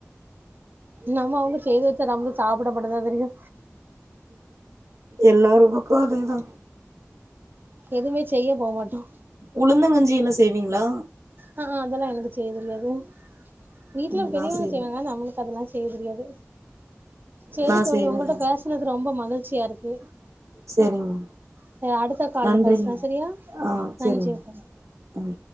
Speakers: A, on the right (about 40°); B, on the right (about 85°).
A: நம்மோ அவ்ங்க செய்து வச்சா நம்ளுக் சாப்ட மட்டுதா தெரியு
B: எல்லாரு பக்கோ அதே தா
A: எதுமே செய்ய போ மாட்டோ
B: உளுந்தங்கஞ்சி எல்லா செய்வீங்ளா
A: ஆ அ அதெல்லா எனக்கு செய்யதெரியாது வீட்ல
B: ம்
A: பெரியவங்க
B: நா செய்வே
A: செய்வாங்க நம்ளுக்கு அதெல்லா செய்ய தெரியாது சேரி
B: நா
A: தோழி
B: செய்வேங்க
A: உங்களட்ட பேசனது ரொம்ப மகிழ்ச்சியாருக்கு
B: சரிங்க
A: சே அடுத்த கால்ல
B: நன்றிங்க
A: பேஸ்லா சரியா
B: ஆ
A: நன்றி
B: சரிங்க
A: அப்ப
B: ம்